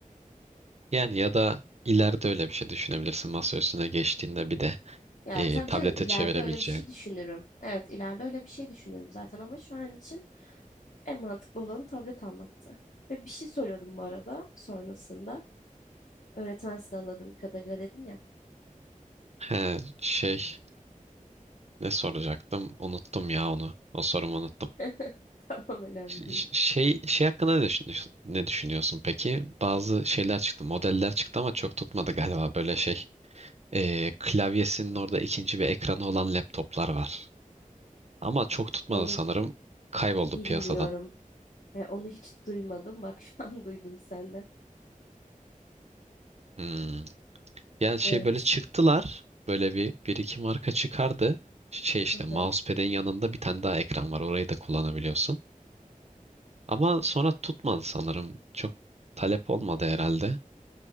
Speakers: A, on the right; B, on the left.
A: yani ya da ileride öyle bir şey düşünebilirsin. Masa üstüne geçtiğinde bir de
B: Ya
A: ee,
B: tabii
A: tablete
B: canım ileride
A: çevirebileceğin.
B: öyle bir şey düşünürüm. Evet ileride öyle bir şey düşünürüm zaten ama şu an için en mantıklı olanı tablet almaktı. Ve bir şey soruyordum bu arada sonrasında. Öğretmensin anladığım kadarıyla dedin ya.
A: He, şey ne soracaktım? Unuttum ya onu. O sorumu unuttum.
B: <laughs> Tamam önemli
A: Ş-
B: değil.
A: ş- Şey, şey hakkında ne düşünüyorsun, ne düşünüyorsun peki? Bazı şeyler çıktı, modeller çıktı ama çok tutmadı galiba böyle şey. Ee, klavyesinin orada ikinci bir ekranı olan laptoplar var. Ama çok tutmadı
B: Onu
A: sanırım. Kayboldu
B: bilmiyorum.
A: piyasadan.
B: E, onu hiç duymadım. Bak şu an <laughs> duydum senden.
A: Hmm. Yani şey
B: Evet.
A: böyle çıktılar. Böyle bir, bir iki marka çıkardı. Şey işte
B: Hı
A: mousepad'in
B: hı.
A: yanında bir tane daha ekran var. Orayı da kullanabiliyorsun. Ama sonra tutmadı sanırım. Çok talep olmadı herhalde.